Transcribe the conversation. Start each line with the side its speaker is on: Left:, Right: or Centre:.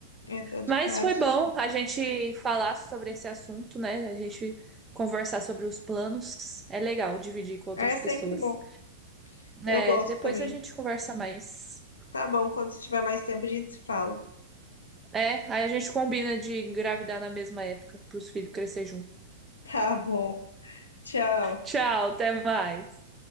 Left: Em todo
Right: Mas
Left: caso.
Right: foi bom a gente falar sobre esse assunto, né? A gente conversar sobre os planos. É legal dividir com outras
Left: É sempre
Right: pessoas.
Left: bom. Eu
Right: É,
Left: gosto
Right: depois
Left: também.
Right: a gente conversa mais.
Left: Tá bom, quando se tiver mais tempo a gente se fala.
Right: É, aí a gente combina de engravidar na mesma época para os filhos crescer junto.
Left: Tá bom. Tchau.
Right: Tchau, até mais.